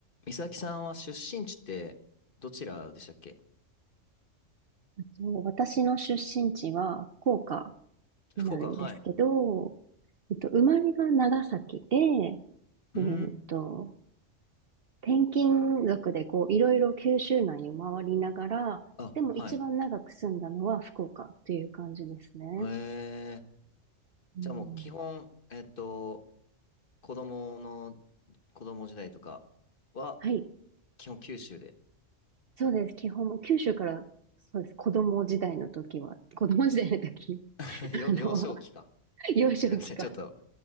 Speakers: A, on the left; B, on the right.
A: 美咲さんは出身地ってどちらでしたっけ
B: そう、私の出身地は福岡
A: 福岡、
B: になるんですけど、
A: はい。
B: えっと、生まれが長崎で、えっ
A: うーん、
B: と、転勤族でこう、いろいろ九州内を回りながら、
A: あ、
B: でも一番長く住んだのは福岡という感じですね。
A: はい。えー、
B: うん。
A: じゃあもう基本、えっと、子供の、子供時代とかは、
B: はい。
A: 基本九州で。
B: そうです。基本も九州から、そうです。子供時代の時は、子供時代の時、
A: <laughs>
B: <laughs>
A: よ、
B: あの、
A: 幼少期か。
B: 幼少期か、
A: すいません、ちょっと、